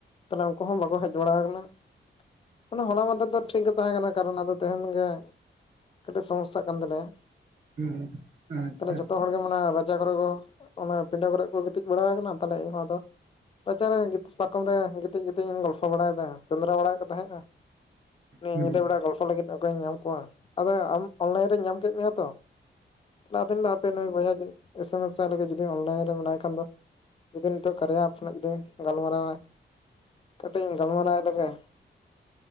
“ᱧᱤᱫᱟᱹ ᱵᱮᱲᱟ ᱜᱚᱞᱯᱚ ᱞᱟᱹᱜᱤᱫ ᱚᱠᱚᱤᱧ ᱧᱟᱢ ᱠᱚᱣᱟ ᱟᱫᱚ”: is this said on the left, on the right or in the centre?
Left